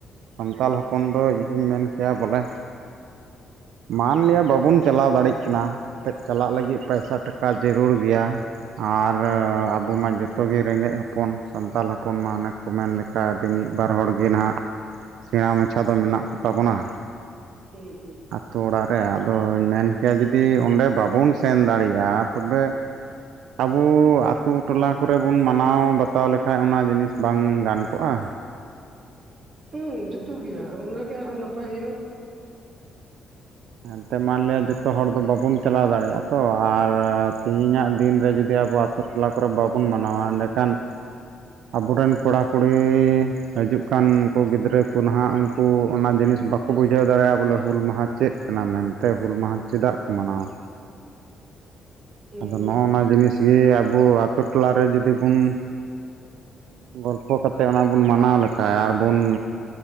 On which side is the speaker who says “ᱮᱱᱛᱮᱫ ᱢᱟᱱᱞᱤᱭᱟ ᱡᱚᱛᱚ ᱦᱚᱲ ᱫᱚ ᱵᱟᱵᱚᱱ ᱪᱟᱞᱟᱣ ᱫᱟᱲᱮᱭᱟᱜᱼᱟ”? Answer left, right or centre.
Right